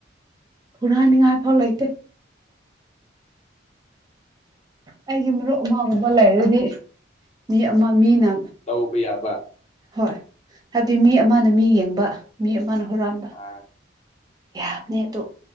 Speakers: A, on the right (about 20°); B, on the left (about 35°).
A: ꯍꯨꯔꯥꯏꯅꯤꯡꯉꯥꯏ ꯐꯥꯎ ꯂꯩꯇꯦ ꯑꯩꯒꯤ ꯃꯔꯨꯞ ꯑꯃꯥꯒꯨꯝꯕ ꯂꯩꯔꯗꯤ ꯃꯤ ꯑꯃ ꯃꯤꯅ
B: ꯇꯧꯕ ꯌꯥꯕ
A: ꯍꯣꯏ ꯍꯥꯏꯕꯗꯤ ꯃꯤ ꯑꯃꯅ ꯃꯤ ꯌꯦꯡꯕ ꯃꯤ ꯑꯃꯅ ꯍꯨꯔꯥꯟꯕ
B: ꯑ
A: ꯌꯥꯕꯅꯦ ꯑꯗꯨ